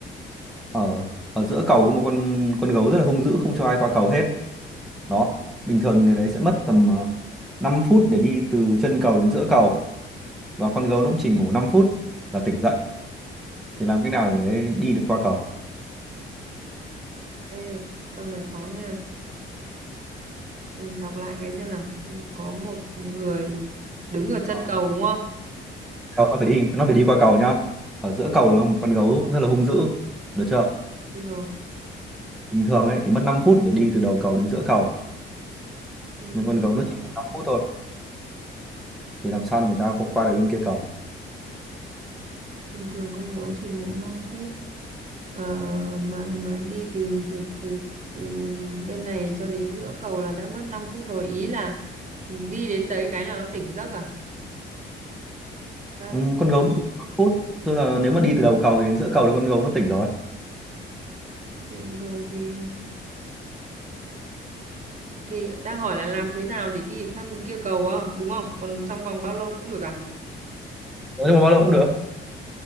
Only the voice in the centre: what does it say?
ở ở giữa cầu có một con con gấu rất là hung dữ không cho ai qua cầu hết đó bình thường người đấy sẽ mất tầm ờ, 5 phút để đi từ chân cầu đến giữa cầu và con gấu nó cũng chỉ ngủ 5 phút là tỉnh dậy thì làm cách nào để người ấy đi được qua cầu
Ờ,
cầu nó phải đi nó phải đi qua cầu nhá ở giữa cầu là một con gấu rất là hung dữ được chưa
bình thường ấy thì mất 5 phút để đi từ đầu cầu đến giữa cầu
nhưng con gấu nó chỉ ngủ năm phút thôi thì làm sao để người ta qua qua được bên kia cầu
ừ, con gấu nó chỉ 5 phút tức là nếu mà đi từ đầu cầu đến giữa cầu là con gấu nó tỉnh rồi
Nói chung là bao lâu cũng được